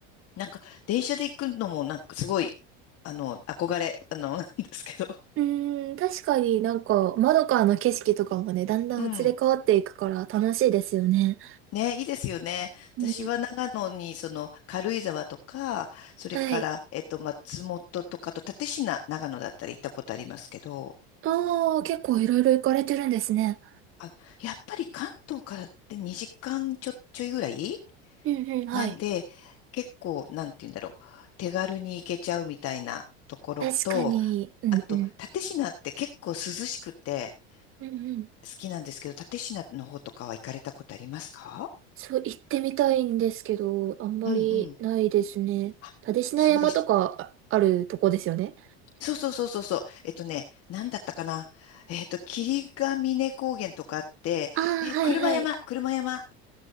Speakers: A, on the left; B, on the right.
A: なんか、電車で行くのも、なんかすごい、あの、憧れ、あの、なんですけど。
B: うーん、確かになんか、窓からの景色とかもね、だんだん移り変わっていくから楽しいですよね。
A: うん。ね、いいですよね。
B: うん。
A: 私は長野に、その、軽井沢とか、それから、
B: はい。
A: えっと、松本とかと、蓼科、長野だったら行ったことありますけど、
B: ああ、結構いろいろ行かれてるんですね。
A: あ、やっぱり関東からって2時間ちょ、ちょいぐらい
B: うんうん、はい。
A: なんで、結構、なんて言うんだろう、手軽に行けちゃうみたいなところと、
B: 確かに、うんうん。
A: あと、蓼科って結構涼しくて
B: うんうん。
A: 好きなんですけど、蓼科の方とかは行かれたことありますか
B: そう、行ってみたいんですけど、あんまりないですね。
A: うんうん。あそうでした。
B: 蓼科山とかああるとこですよね。
A: そうそうそうそうそう。えっとね、なんだったかな。えっと、霧ヶ峰高原とかあって、
B: ああ、
A: え、
B: はいはい。
A: 車山、車山、